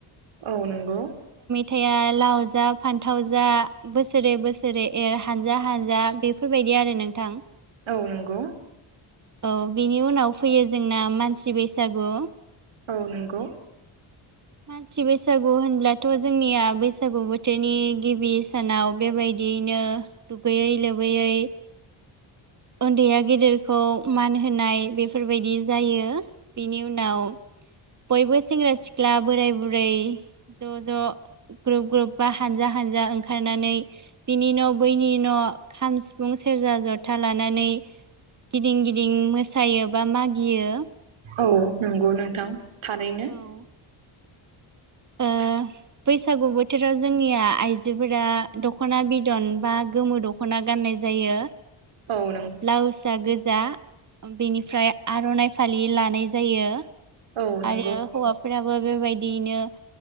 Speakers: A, on the right; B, on the right.
A: औ नंगौ
B: थाया लाव जा फान्थाव जा बोसोरे बोसोरै एर हानजा हानजा बेफोरबायदि बे आरो नोंथां
A: औ नोंगौ
B: औ बिनि उनाव फैयो जोंना मानसि बैसागु
A: औ नोंगौ
B: मानसि बैसागु होनब्लाथ' जोंनिया बैसागु बोथोरनि गिबि सानाव बेबाय दियैनो दुगैयै लोबैयै उन्दैया गेदेरखौ मान होनाय बेफोरबायदि जायो बिनि उनाव बयबो सेंग्रा सिख्ला बोराय बुरै ज' ज' ग्रुप ग्रुप बा हानजा हानजा ओंखारनानै बिनि न' बैनि न' खाम सिफुं सेरजा जथा था लानानै गिदिं गिदिं मोसायो बा मागियो।
A: औ नंगौ नोंथां थारैनो
B: औ
A: <inaudible>
B: ओ बैसागु बोथोराव जोंनिया आइजोफोरा दख'ना बिदन बा गोमो दख'ना गाननाय जायो।
A: औ नों
B: ब्लाउस गोजा बेनिफ्राय आर'नाइ फालि लानाय जायो।
A: औ नंगौ
B: आरो हौवाफोराबो बेबायदियैनो